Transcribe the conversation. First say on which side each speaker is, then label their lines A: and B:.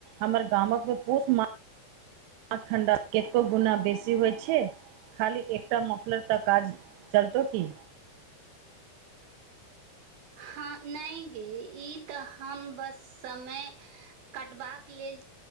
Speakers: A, on the right; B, on the right.
A: हमर गामकमे पूस मा <inaudible> ठण्डा केतको गुना बेसी होइ छे। खाली एकटा मफलर तक काज चलतौ की?
B: हाॅं नैय गे ई तऽ हम बस समय कटबाक लेल